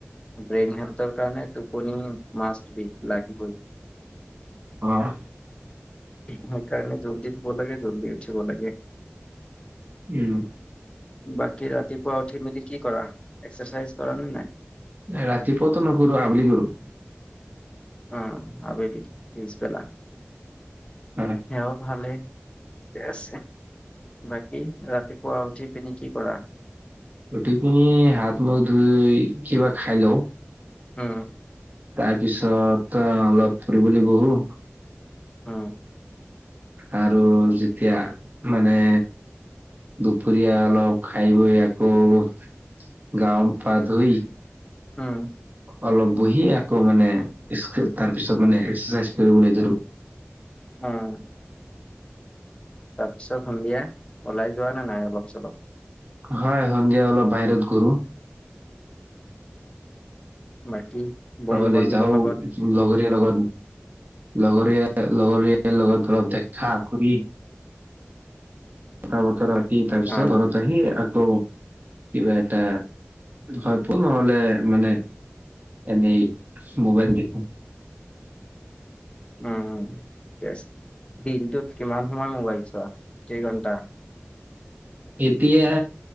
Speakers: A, on the left (about 25°); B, on the right (about 40°).
A: ব্ৰেইন হেল্থৰ কাৰণে টোপনি মাছবি লাগিবই।
B: অহ।
A: সেইকাৰণে জল্দি শুব লাগে, জল্দি উঠিব লাগে।
B: উম।
A: বাকী ৰাতিপুৱা উঠি মেলি কি কৰা, এক্সাৰচাইজ কৰা নে নাই?
B: ৰাতি পুৱাতো নকৰো, আবেলি কৰো।
A: অ আবেলি পিছবেলা।
B: হয়।
A: সেয়া ভালেই ঠিক আছে। বাকী ৰাতিপুৱা উঠি পিনি কি কৰা?
B: ৰুটি পিনি হাত মখ ধুই কিবা খাই লও।
A: উম।
B: তাৰ পিছত অ, অলপ ফূৰিবলে যাওঁ।
A: অ।
B: আৰু যেতিয়া মানে দুপৰীয়া অলপ খাই বৈ আকৌ গা পা ধুই
A: উম।
B: অলপ বহি আকৌ মানে তাৰ পিছত মানে এক্সাৰচাইজ কৰিবলৈ ধৰো।
A: উম। তাৰপিছত সন্ধিয়া ওলাই যোৱা নে নাই অলপ-চলপ?।
B: হয়, সন্ধিয়া অলপ বাহিৰত ঘূৰো।
A: বাকী বন্ধু
B: কবালে
A: বান্ধৱীৰ
B: যাও লগৰীয়া
A: লগত
B: লগত, লগৰীয়া-লগৰীয়া লগত ধৰক দেখা কৰি কথা বতৰা ৰাতি তাৰ পিছত
A: উম,
B: ঘৰত আহি আকৌ কিবা এটা ভপো নহলে মানে এনেই, মোবাইল টিপু।
A: ম ঠিকে আছে, দিনটোত কিমান সময় মোবাইল চোৱা কেইঘণ্টা?
B: এতিয়া